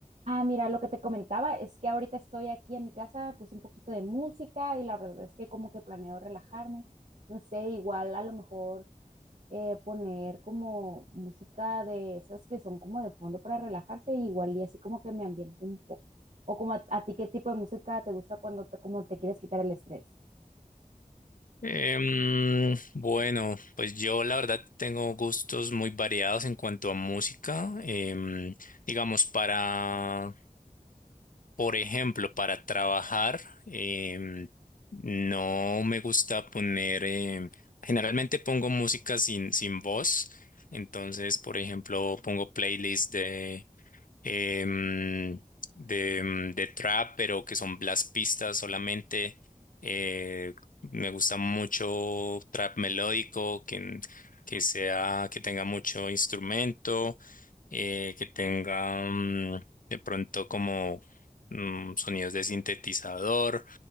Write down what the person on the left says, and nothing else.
Em, bueno, pues yo la verdad tengo gustos muy variados en cuanto a música. Em, digamos, para, por ejemplo, para trabajar, em, no me gusta poner, em, generalmente pongo música sin, sin voz. Entonces, por ejemplo, pongo playlists em, de, em, de trap, pero que son las pistas solamente. Eh, me gusta mucho trap melódico, que, que sea, que tenga mucho instrumento, eh, que tenga mm, de pronto como mm, sonidos de sintetizador,